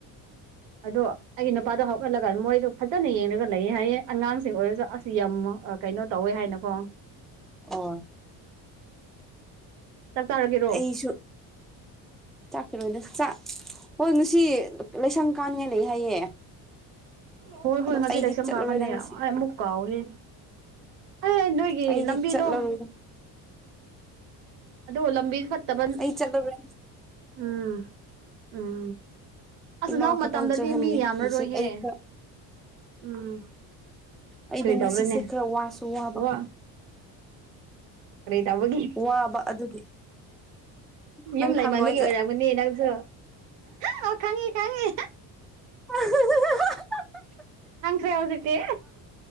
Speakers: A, on the right (about 75°); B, in the centre.
A: ꯑꯗꯣ ꯑꯩꯒꯤ ꯅꯨꯄꯥꯗꯣ ꯍꯧꯒꯠꯂꯒ ꯃꯣꯏꯁꯨ ꯐꯖꯅ ꯌꯦꯡ ꯂꯩ ꯍꯥꯏꯌꯦ ꯑꯉꯥꯡꯁꯤꯡ ꯑꯣꯏꯔꯁꯨ ꯑꯁ ꯌꯥꯝ ꯀꯩꯅꯣ ꯇꯧꯋꯦ ꯍꯥꯏꯅꯀꯣ
B: ꯑꯣ
A: ꯆꯥꯛ ꯆꯔꯒꯦ
B: ꯑꯩꯁꯨ ꯆꯥꯛꯈꯤꯔꯣꯏꯗ ꯍꯣꯏ ꯉꯁꯤ ꯂꯥꯏꯁꯪ ꯀꯥꯅꯤꯡꯉꯥꯏ ꯂꯩ ꯍꯥꯏꯌꯦ
A: ꯍꯣꯏ ꯍꯣꯏ
B: ꯑꯗꯣ
A: ꯉꯁꯤ
B: ꯑꯩꯗꯤ
A: ꯂꯥꯏꯁꯝ
B: ꯆꯠꯂꯔꯣꯏꯗ
A: ꯀꯥꯀꯅꯤ
B: ꯉꯁꯤ
A: ꯑꯩ ꯑꯃꯨꯛ ꯀꯥꯎꯍꯦ ꯍ ꯅꯣꯏꯒꯤ
B: ꯑꯩꯗꯤ
A: ꯂꯝꯕꯤꯗꯣ
B: ꯆꯠꯂꯔꯣꯏꯗ
A: ꯑꯗꯣ ꯂꯝꯕꯤ ꯐꯠꯇꯕ
B: ꯑꯩ ꯆꯠꯂꯔꯣꯏ
A: ꯎꯝ ꯎꯝ ꯑꯁ
B: ꯏꯃꯥ
A: ꯅꯎ
B: ꯈꯛꯇꯪ
A: ꯃꯇꯝꯗꯗꯤ
B: ꯆꯠꯍꯟꯒꯦ
A: ꯃꯤ ꯌꯥꯝꯔꯔꯣꯏꯍꯦ
B: ꯉꯁꯤ ꯑꯩ ꯈꯔ
A: ꯎꯝ
B: ꯑꯩꯗꯣ
A: ꯀꯩ
B: ꯉꯁꯤꯁꯦ
A: ꯇ꯭ꯔꯅꯦ
B: ꯈꯔ ꯋꯥꯁꯨ ꯋꯥꯕ
A: ꯑꯣ ꯔꯦ ꯇꯕꯒꯤ
B: ꯋꯥꯕ ꯑꯗꯨꯒꯤ ꯅꯪ
A: ꯌꯨꯝ ꯂꯩꯃꯟꯕꯒꯤ
B: ꯈꯪꯉꯣꯏ
A: ꯑꯣꯏꯔꯔꯕꯅꯤ ꯅꯪꯁꯨ ꯑꯣ ꯈꯪꯉꯤ ꯈꯪꯉꯤ
B: ꯎ <unintelligible>
A: ꯍꯪꯈ꯭ꯔꯦ ꯍꯧꯖꯤꯛꯇꯤ